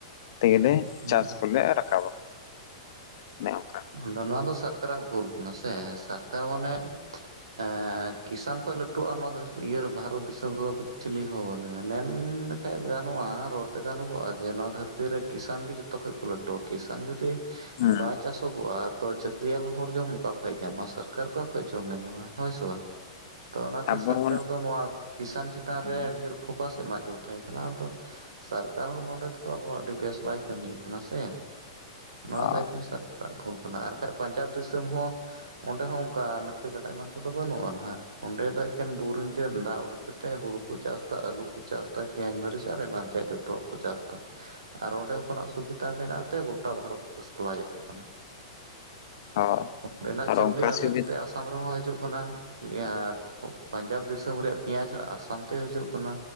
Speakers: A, on the left (about 55°); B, on the right (about 75°).
A: ᱛᱮᱜᱮᱞᱮ
B: ᱦᱩᱸ
A: ᱪᱟᱥ ᱠᱚᱞᱮ ᱨᱟᱠᱟᱵᱟ᱾ ᱚᱱᱮ ᱚᱱᱠᱟ
B: ᱟᱫᱚ ᱱᱚᱣᱟ ᱫᱚ ᱥᱚᱨᱠᱟᱨᱟᱜ ᱵᱷᱩᱞ ᱠᱟᱱᱟ ᱥᱮ ᱥᱚᱨᱠᱟᱨ ᱢᱟᱱᱮ᱾ ᱮᱸ ᱠᱤᱥᱟᱱ ᱠᱷᱚᱡ ᱞᱟᱹᱴᱩᱜ-ᱟ ᱱᱚᱣᱟ ᱵᱷᱟᱨᱚᱛ ᱫᱤᱥᱚᱢ ᱨᱮᱫᱚ ᱪᱤᱞᱤ ᱦᱚᱸ ᱵᱟᱹᱱᱩᱭᱟ ᱢᱮᱱ ᱠᱷᱟᱡ ᱜᱟᱱᱚᱜ-ᱟ ᱨᱚᱲᱛᱮ ᱜᱟᱱᱚᱜᱚᱜ-ᱟ ᱡᱮ ᱱᱚᱣᱟ ᱫᱷᱟᱹᱨᱛᱤ ᱨᱮ ᱠᱤᱥᱟᱱ ᱜᱮ ᱡᱷᱚᱛᱚ ᱠᱷᱚᱱ ᱠᱚ ᱞᱟᱹᱴᱩᱣᱟ ᱠᱤᱥᱟᱱ ᱡᱩᱫᱤ
A: ᱦᱩᱸ
B: ᱵᱟᱭ ᱪᱟᱥᱚᱜᱚᱜ-ᱟ ᱛᱚ ᱪᱟᱹᱠᱨᱤᱭᱟᱱ ᱦᱚᱲ ᱡᱚᱢ ᱚᱠᱟ ᱠᱷᱚᱱ ᱧᱟᱢᱟ ᱥᱚᱨᱼᱼ ᱠᱟᱨ ᱚᱠᱟ ᱠᱷᱚᱱ ᱡᱚᱢ ᱢᱮ ᱧᱟᱢᱟ ᱦᱳᱭ ᱥᱮ ᱵᱟᱝ᱾ ᱛᱚ ᱚᱱᱟᱛᱮ
A: ᱟᱵᱚ
B: ᱥᱚᱨᱠᱟᱨ
A: ᱵᱚᱱ
B: ᱫᱚ ᱱᱚᱣᱟ ᱠᱤᱥᱟᱱ ᱪᱮᱛᱟᱱ
A: ᱦᱩᱸ
B: ᱨᱮ ᱰᱷᱮᱨ᱾ ᱯᱷᱳᱠᱟᱥ ᱮᱢᱟ <inaudible> ᱛᱟᱸᱦᱮ ᱠᱟᱱᱟ ᱟᱢᱫᱚ᱾ ᱥᱚᱨᱠᱟᱨ ᱦᱚᱸ ᱱᱚᱰᱮ ᱛᱷᱚᱲᱟ ᱟᱵᱚ ᱟᱹᱰᱤ ᱵᱮᱥ ᱵᱟᱭ ᱠᱟᱹᱢᱤᱭᱮᱫ ᱠᱟᱱᱟ ᱥᱮ ᱱᱚᱣᱟ
A: ᱦᱳᱭ
B: ᱥᱚᱨᱼᱼ ᱵᱷᱩᱞ ᱠᱟᱱᱟ, ᱟᱨ ᱵᱟᱠᱷᱟᱡ ᱯᱟᱱᱧᱡᱟᱵᱽ ᱫᱤᱥᱚᱢ ᱦᱚᱸ ᱚᱸᱰᱮ ᱦᱚᱸ ᱚᱱᱠᱟ ᱱᱟᱹᱭ ᱜᱟᱰᱟ ᱮᱢᱟᱱ ᱠᱚᱫᱚ ᱵᱟᱹᱱᱩᱜ-ᱟ ᱱᱟᱦᱟᱜ᱾ ᱚᱸᱰᱮ ᱫᱚ ᱮᱠᱮᱱ ᱵᱳᱨᱤᱝ ᱛᱮ ᱫᱟᱜ ᱩᱰᱩᱠ ᱠᱟᱛᱮᱫ ᱦᱩᱲᱩ ᱠᱚ ᱪᱟᱥ ᱫᱟ ᱟᱞᱩ ᱠᱚ ᱪᱟᱥ ᱮᱫᱟ ᱯᱮᱸᱭᱟᱡᱽ ᱢᱟᱹᱨᱤᱪ ᱟᱨ ᱮᱢᱟᱱ ᱛᱮᱭᱟᱜ ᱡᱚᱛᱚ᱾ ᱡᱚᱛᱚ ᱟᱜ ᱠᱚ ᱪᱟᱥ ᱫᱟ᱾
A: <inaudible>
B: ᱟᱨ ᱚᱸᱰᱮ ᱠᱷᱚᱱᱟᱜ ᱥᱩᱵᱤᱫᱟ ᱢᱮᱱᱟᱜ ᱛᱮ ᱜᱚᱴᱟ ᱵᱷᱟᱨᱚᱛ ᱥᱟᱯᱞᱟᱭᱚᱜ ᱠᱟᱱᱟ᱾
A: ᱦᱳᱭ
B: ᱚᱸᱰᱮᱱᱟᱜ
A: ᱟᱨ
B: ᱪᱟᱣᱞᱮ
A: ᱚᱱᱠᱟ
B: ᱟᱞᱮ
A: ᱥᱩᱵᱤᱫ
B: ᱱᱚᱛᱮ ᱟᱥᱟᱢ ᱨᱮᱦᱚᱸ ᱦᱟᱡᱩᱜ ᱠᱟᱱᱟ, <unintelligible> ᱯᱟᱧᱡᱟᱵᱽ ᱫᱤᱥᱚᱢ ᱨᱮᱭᱟᱜ ᱯᱮᱸᱭᱟᱡ ᱟᱥᱟᱢ ᱛᱮᱭ ᱦᱤᱡᱩᱜ ᱠᱟᱱᱟ,